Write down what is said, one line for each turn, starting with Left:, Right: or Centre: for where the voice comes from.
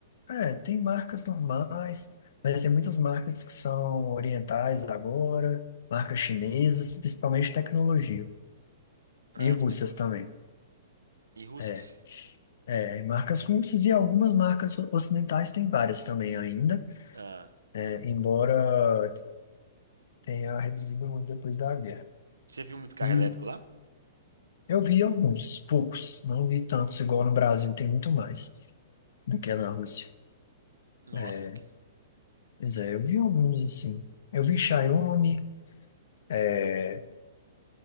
Left: É, tem marcas normais, mas tem muitas marcas que são orientais agora, marcas chinesas, principalmente tecnologia,
Right: ah,
Left: e russas
Right: de tecnologia.
Left: também.
Right: E russas?
Left: É, É, marcas russas e algumas marcas o- ocidentais têm várias também ainda,
Right: Ah,
Left: é, embora tenha reduzido muito depois da guerra.
Right: você viu muito carro
Left: E
Right: elétrico lá?
Left: eu vi alguns, poucos, não vi tantos, igual no Brasil tem muito mais do que na Rússia.
Right: Nossa,
Left: É,
Right: que,
Left: Pois
Right: que
Left: é, eu vi alguns assim. Eu vi Xiaomi, é,